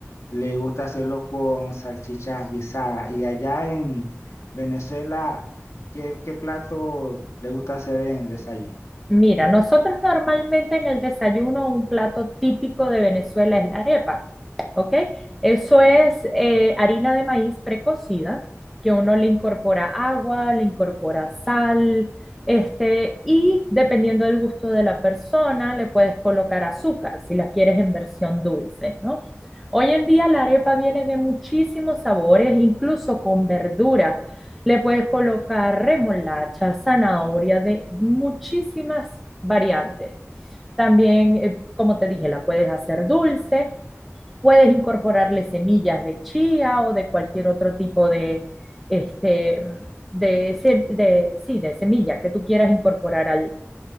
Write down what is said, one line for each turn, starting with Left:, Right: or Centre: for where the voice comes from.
Left: le gusta hacerlo con salchichas guisadas. Y allá en Venezuela, ¿qué, qué plato le gusta hacer en el desayuno?
Centre: Mira, nosotros normalmente en el desayuno un plato típico de Venezuela es la arepa, ¿ok? Eso es eh, harina de maíz precocida, que uno le incorpora agua, le incorpora sal, este, y dependiendo del gusto de la persona, le puedes colocar azúcar si la quieres en versión dulce, ¿no? Hoy en día la arepa viene de muchísimos sabores, incluso con verduras. Le puedes colocar remolacha, zanahoria, de muchísimas variantes. También, eh, como te dije, la puedes hacer dulce, puedes incorporarle semillas de chía o de cualquier otro tipo de, este, de, se- de- sí, de semilla que tú quieras incorporar al